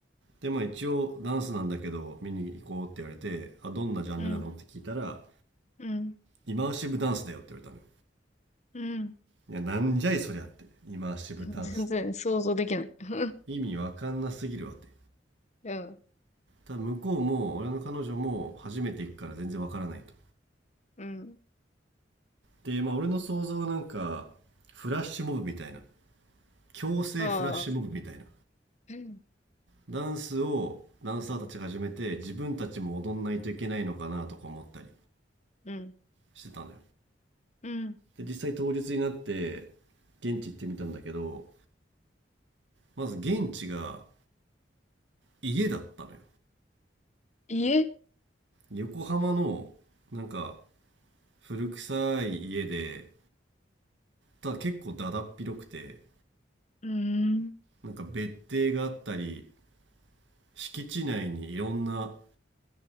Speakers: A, on the right (about 80°); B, on the left (about 40°).
A: でまあ一応ダンスなんだけど見に行こうって言われてあどんなジャンルなのって聞いたら
B: うん。うん。
A: イマーシブダンスだよって言われたのよ
B: うん。
A: いやなんじゃいそりゃってイマーシブダンスって
B: <laughs> 全然想像できない。<laughs>
A: 意味わかんなすぎるわって
B: うん。
A: ただ向こうも俺の彼女も初めて行くから全然わからないと
B: うん。
A: でまあ俺の想像はなんかフラッシュモブみたいな強制フラッシュモブみたいな
B: ああ。うん。
A: ダンスをダンサーたちが始めて自分たちも踊んないといけないのかなとか思ったり
B: うん。
A: してたのよ
B: うん。
A: で実際当日になって現地行ってみたんだけどまず現地が家だったのよ
B: 家
A: 横浜のなんか古臭い家でただ結構だだっ広くて
B: うーん。
A: なんか別邸があったり敷地内にいろんな